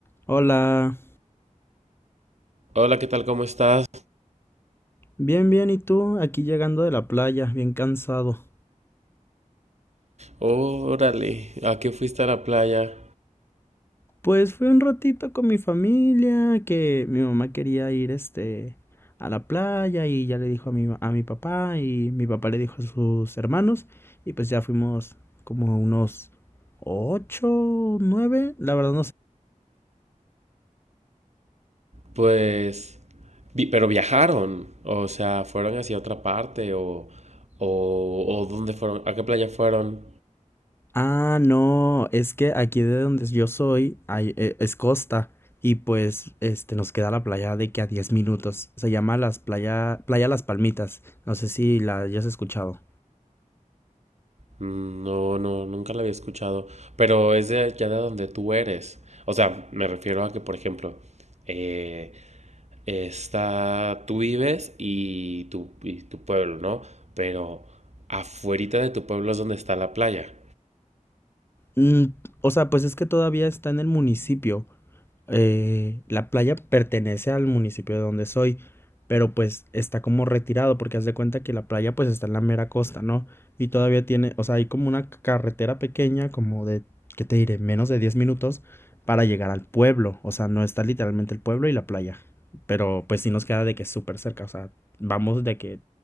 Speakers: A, on the left; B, on the right.
A: Hola,
B: Hola, ¿qué tal? ¿Cómo estás?
A: bien, bien, ¿y tú? Aquí llegando de la playa, bien cansado.
B: Órale, ¿a qué fuiste a la playa?
A: Pues fui un ratito con mi familia, que mi mamá quería ir, este, a la playa y ya le dijo a mi, ma- a mi papá y mi papá le dijo a sus hermanos y pues ya fuimos como unos ocho, nueve, la verdad no
B: Pues, vi- pero viajaron, o sea, fueron hacia otra parte o, o, o ¿dónde fueron? ¿A qué playa fueron?
A: Ah, no, es que aquí de donde yo soy hay- e- es costa y pues este nos queda la playa de que a 10 minutos. Se llama las playa Playa Las Palmitas. No sé si la hayas escuchado.
B: Mm, No, no, nunca la había escuchado, pero es de allá de donde tú eres. O sea, me refiero a que, por ejemplo, eh, está, tú vives y tu, y tu pueblo, ¿no? Pero afuerita de tu pueblo es donde está la playa.
A: Mm, o sea, pues es que todavía está en el municipio, eh, la playa pertenece al municipio de donde soy, pero pues está como retirado porque haz de cuenta que la playa pues está en la mera costa, ¿no? Y todavía tiene, o sea, hay como una carretera pequeña, como de, ¿qué te diré? Menos de 10 minutos para llegar al pueblo, o sea, no está literalmente el pueblo y la playa, pero pues sí nos queda de que es súper cerca, o sea, vamos de que